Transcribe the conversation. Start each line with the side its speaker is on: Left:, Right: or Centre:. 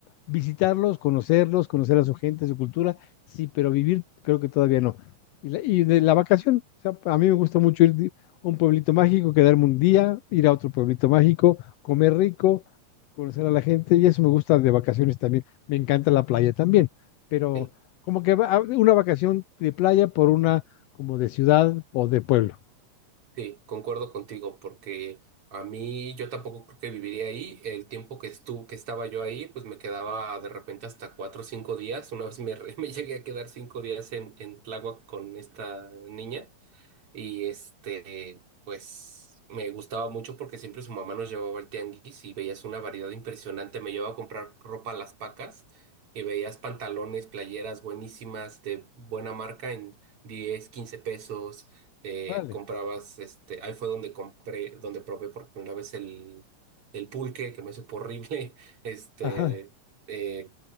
Left: Visitarlos, conocerlos, conocer a su gente, su cultura, sí, pero vivir creo que todavía no. Y, la, y de la vacación, o sea, a mí me gusta mucho ir de- a un pueblito mágico, quedarme un día, ir a otro pueblito mágico, comer rico, conocer a la gente, y eso me gusta de vacaciones también. Me encanta la playa también pero
Right: sí,
Left: como que va- una vacación de playa por una como de ciudad o de pueblo.
Right: sí, concuerdo contigo, porque a mí yo tampoco creo que viviría ahí. El tiempo que estuvo, que estaba yo ahí, pues me quedaba de repente hasta cuatro o cinco días. Una vez me, re- <laughs> me llegué a quedar cinco días en, en Tláhuac con esta niña. Y este, pues me gustaba mucho porque siempre su mamá nos llevaba al tianguis y veías una variedad impresionante. Me llevaba a comprar ropa a las pacas y veías pantalones, playeras buenísimas de buena marca en 10 15 pesos. Eh,
Left: Órale.
Right: comprabas, este, ahí fue donde compré, donde probé por primera vez el, el pulque, que me supo horrible. <laughs> Este,
Left: Ajá,
Right: eh,